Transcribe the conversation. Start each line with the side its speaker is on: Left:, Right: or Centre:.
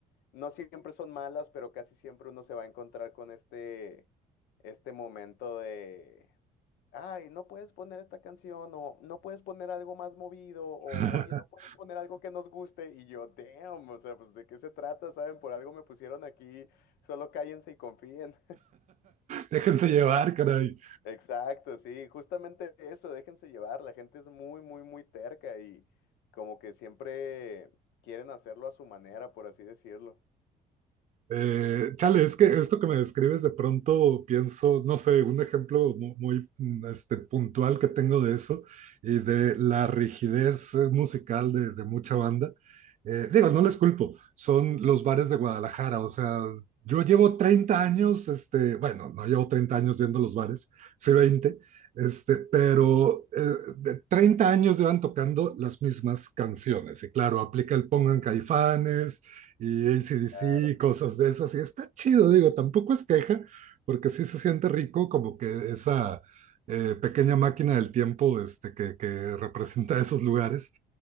Left: no siempre son malas, pero casi siempre uno se va a encontrar con este, este momento de... Ay, no puedes poner esta canción o no puedes poner algo más movido o
Right: <laughs>
Left: oye, no puedes poner algo que nos guste y yo, damn, o sea, pues de qué se trata, ¿saben? Por algo me pusieron aquí, solo cállense y confíen.
Right: Déjense llevar, caray.
Left: Exacto, sí, justamente eso, déjense llevar, la gente es muy, muy, muy terca y como que siempre quieren hacerlo a su manera, por así decirlo.
Right: Eh, chale, es que esto que me describes de pronto pienso, no sé, un ejemplo mu- muy, mm, este, puntual que tengo de eso y de la rigidez eh, musical de, de mucha banda. Eh, digo, no les culpo, son los bares de Guadalajara, o sea, yo llevo 30 años, este, bueno, no llevo 30 años viendo los bares, sí 20, este, pero eh, de 30 años llevan tocando las mismas canciones y claro, aplica el pongan caifanes y AC/DC
Left: Claro.
Right: y cosas de esas. Y está chido, digo, tampoco es queja, porque sí se siente rico como que esa eh, pequeña máquina del tiempo este, que, que representa esos lugares